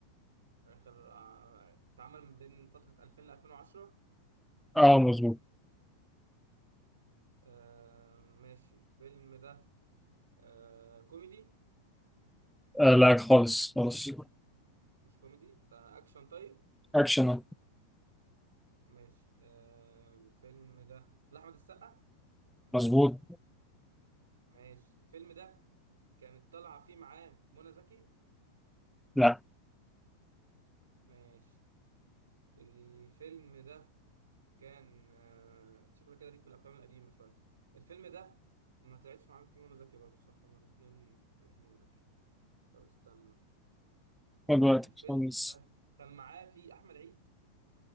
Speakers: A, on the right; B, in the centre.
A: اخر آه، اتعمل من بين فترة 2000 ل 2010
B: اه مظبوط
A: آه ماشي الفيلم ده آه كوميدي
B: آه لا خالص خالص
A: مش كوميدي ده اكشن طيب
B: اكشن آه.
A: ماشي آه الفيلم ده لاحمد السقا
B: مظبوط
A: ماشي الفيلم ده كانت طالعة فيه معاه منى زكي
B: لا
A: ماشي الفيلم ده كان آه، شكلك كده ليك في الافلام القديمه شويه الفيلم ده ما طلعتش معاهم فيه منى زكي برضه صح هما الاثنين في منى زكي طب استنى
B: خد وقتك
A: الفيلم
B: خالص
A: ده كان معاه فيه احمد عيد